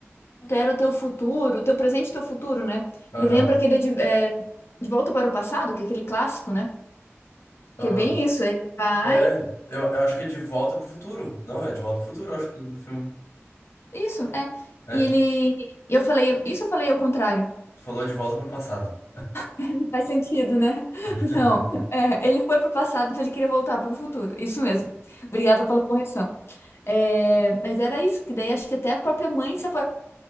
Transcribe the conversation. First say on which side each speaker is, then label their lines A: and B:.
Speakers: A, on the left; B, on the left.
A: altera o teu futuro, o teu presente e o teu futuro, né?
B: Aham.
A: Me lembra aquele de, é, De Volta para o Passado, que é aquele clássico, né?
B: Ah,
A: Que é bem isso, ele vai.
B: é, eu, eu acho que é De Volta pro Futuro. Não, é De Volta pro Futuro, eu acho que é o nome do filme.
A: Isso, é.
B: né?
A: E ele. Eu falei, isso eu falei ao contrário.
B: Tu falou de volta pro passado.
A: <laughs> Não faz sentido, né? <laughs>
B: <laughs>
A: Não. É, ele foi para o passado, então ele queria voltar para o futuro. Isso mesmo. Obrigada pela correção. É, mas era isso, que daí acho que até a própria mãe se